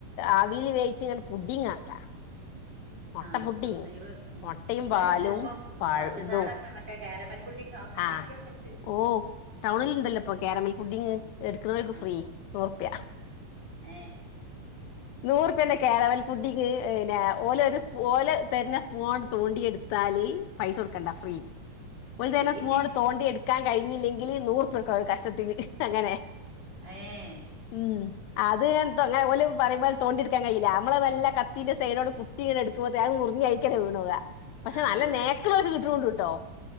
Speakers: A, on the left; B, on the right.
A: ആവിയിൽ വേവിച്ച് ഇങ്ങനെ പുഡിംഗ് ആക്കാ മുട്ട
B: ആഹ്
A: പുഡിങ്
B: അങ്ങനെ ഇവ ഉം
A: മുട്ടയും
B: ഇവ
A: പാലും
B: ചിലപ്പോൾ ഉം
A: പഴ
B: പഞ്ചസാരൊക്കെ
A: ഇതും
B: മറ്റേ കാരമൽ പുഡിങ്
A: ആഹ്
B: <unintelligible>
A: ഓ ടൗണിൽ ഉണ്ടല്ലോപ്പോ ക്യാരമൽ പുഡിങ്ങ് എടുക്കുന്നവർക്ക്
B: ആഹ്
A: ഫ്രീ നൂറു റൂപ്യ
B: ഏഹ്
A: നൂറുപ്പന്റെ കാരമൽ പുഡിങ്ങ് പിന്നെ ഓല ഒരു ഓല തരുന്ന സ്പൂൺ കൊണ്ട് തോണ്ടി എടുത്താല് പൈസ കൊടുക്കണ്ട ഫ്രീ ഓല്
B: അത്
A: തരുന്ന
B: ശരി
A: സ്‌പൂണ് കൊണ്ട് തോണ്ടി എടുത്ത എടുക്കാൻ കഴിഞ്ഞില്ലെങ്കിൽ നൂറു റൂപ്യ എടുക്കുംഒരു കഷ്ണത്തിന് അങ്ങനെ
B: ഏഹ്
A: ഉം അത് തോങ്ങാ ഓല് പറയുംപോല തോണ്ടി എടുക്കാൻ കഴയില്ല നമ്മള വല്ല കത്തിന്റെ സൈടോണ് കുത്തി ഇങ്ങഎടുക്കുമ്പഴേ അത് മുറിഞ്ഞ് അതിൽ തന്നെ വീണൂ പോവാ പക്ഷെ
B: ആഹ്
A: നല്ല നെക്ക് ഉള്ളവർക്ക് കീട്ടണ് കൊണ്ട് കേട്ടോ